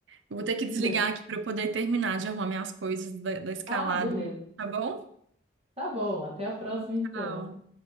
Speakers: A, on the right (about 75°); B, on the right (about 30°).
A: Eu vou ter que desligar
B: <laughs>
A: aqui para eu poder terminar de arrumar minhas coisas da, da escalada,
B: Ah, beleza.
A: tá bom?
B: Tá bom, até a próxima
A: Tchau.
B: então.